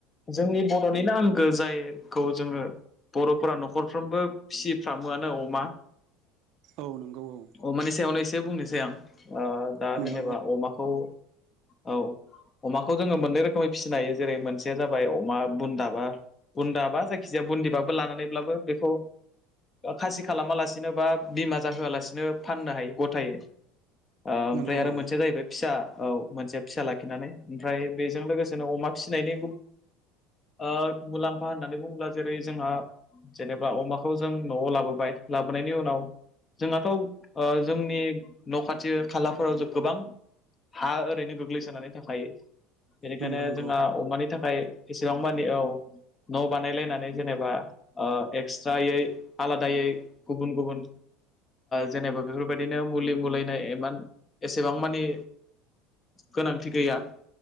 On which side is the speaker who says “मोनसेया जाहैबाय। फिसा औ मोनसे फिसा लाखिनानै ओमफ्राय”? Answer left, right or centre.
Left